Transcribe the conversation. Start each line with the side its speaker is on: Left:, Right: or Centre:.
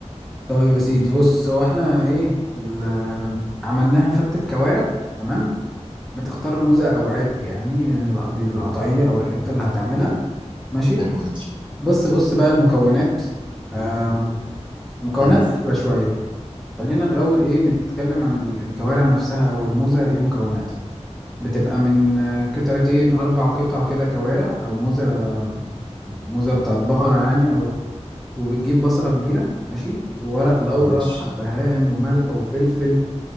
Centre: طيب يا سيدي بص هو احنا ايه ال- عملناها فتة كوارع تمام بتختار موزة او عرق يعني القض- القطعية او الحتة اللي هتعملها ماشي
Right: حلو ده.
Centre: بص بص بقى المكونات آم، المكونات
Right: مم.
Centre: غريبة شوية خلينا الاول ايه نتكلم عن ال- الكوارع نفسها او الموزة ايه مكوناتها بتبقى من قطعتين أربع قطع كده كوارع أو موزة موزة بتاعت بقرة يعني أو وبتجيب بصلة كبيرة ماشي وورق لورا
Right: ماشي
Centre: وحبهان وملح وفلفل